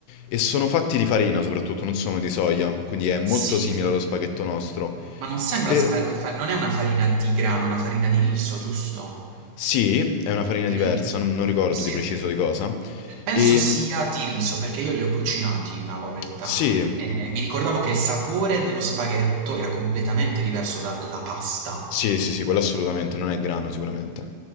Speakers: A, on the left; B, on the right.
A: e sono fatti di farina soprattutto, non sono di soia, quindi è molto
B: Sì.
A: simile allo spaghetto nostro.
B: Ma non sembra
A: Per...
B: spa fa non è una farina di grano, è una farina di riso, giusto?
A: Sì, è una farina diversa,
B: Mh,
A: non, non ricordo
B: sì.
A: di preciso di cosa.
B: Penso
A: E
B: sia
A: mm,
B: di riso, perché io li ho cucinati una volta
A: sì,
B: e mi ricordavo che il sapore dello spaghetto era completamente diverso dalla pasta.
A: sì, sì, sì, quello assolutamente, non è grano sicuramente.